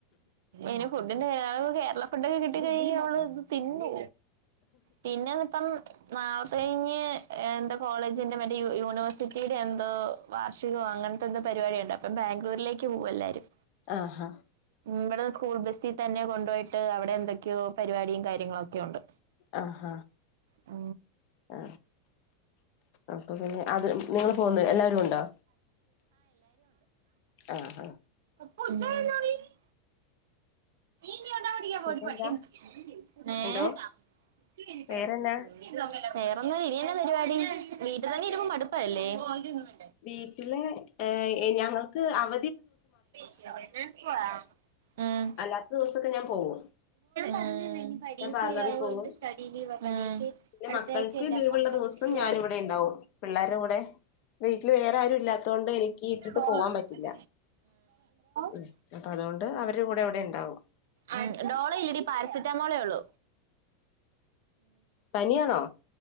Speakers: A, on the right; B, on the left.
A: ഇന് ഫുഡ്താണ് കേരളം <unintelligible> ഫുഡ്‌യൊക്കെ കിട്ട കഴിഞ്ഞ അവ ഇത് തിന്നു പിന്നെപ്പം ന കഴിഞ്ഞ് എന്താ കോളേജിന്റെ മറ്റ യ യൂണിവേഴ്സിറ്റിയുടെ എന്തോ വാർഷികോ അങ്ങനത്തെന്ത പരിപാടിയണ്ട്പ്പ ബാംഗ്ലൂരിലേക്ക് പോകും എല്ലരും
B: ആഹാ
A: ഇവിടെ സ്കൂൾ ബസിൽ തന്നെ കൊണ്ടുപോയിട്ട് അവിടെ എന്തൊക്കെയോ പരിപാടി കാ കാര്യങ്ങളൊക്കെ ഉണ്ട്
B: ആ ഹ
A: ആ
B: ആ അപ്പൊ പിന്നെ അത് നിങ്ങള് പോന്ന എല്ലാവാരും ഉണ്ടോ ആഹാ
A: പജ <unintelligible> പ <unintelligible>
B: പിന്നെന്താ എന്തോ വേറെന്നാ
A: വേറെൊന്ന ഇനന്ന പരിപാടി വീട്ടിൽ തന്നെ ഇരുമ്പ മടുപ്പല്ലേ <unintelligible>
B: വീട്ടില് ഞങ്ങൾക്ക് അവ
A: ശ പോവാ <unintelligible>
B: അല്ലാത്ത ദിവസൊക്കെ ഞാൻ പോവും
A: ആ പരീക്ഷ
B: ഞാൻ പാർലറിൽ
A: ആയണ്ട്
B: പോവും
A: സ്റ്റഡി ലീവ് ആ <unintelligible>
B: പിന്നെ
A: അടുത്ത
B: മക്കൾക്ക്
A: ആഴ്ചല്ലേ
B: ലീവുള്ള
A: അപ്പം പഠിചിട്ട്
B: ദിവസം
A: പോയാ
B: ഞാനിവിടെ
A: മതി
B: ഉണ്ടാവും പിള്ളേരുടെ കൂടെ വീട്ടിൽ വേറെ ആരും ഇല്ലാത്തോണ്ട് എനിക്ക് ഇട്ടിട്ട്
A: ഡോള
B: പോവാൻ പറ്റില്ല
A: പ
B: ഉം
A: <unintelligible>
B: അപ്പൊ അതുകൊണ്ട് അവരുടെ കൂടെ ഇവിടെ ഉണ്ടാവും
A: ഉം ഡോള ഇടി പാരസറ്റ <unintelligible> റ്റ മോളേ ഒള്ളൂ
B: പനി യാന്നോ